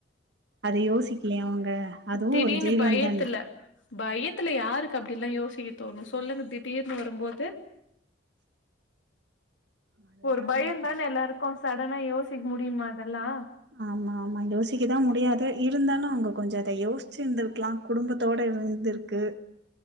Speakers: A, on the right (about 60°); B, on the left (about 80°).
A: அது யோசிக்லயா அவுங்க அதுவு
B: திடீர்னு
A: ஒரு ஜீவன்
B: பயத்துல
A: தான
B: பயத்துல யாருக்கு அப்டி எல்லா யோசிக்க தோணு சொல்லுங்க திடீர்னு வரும்போது
A: அதுதாங்க
B: ஒரு பயந்தான எல்லாருக்கு சடனா யோசிக்க முடிமா அதெல்லா
A: ஆமா ஆமா யோசிக்கதா முடியாது இருந்தாலு அவங்க கொஞ்சோ அத யோசிச்சுருந்துருக்கலா குடும்பத்தோட இருந்துருக்கு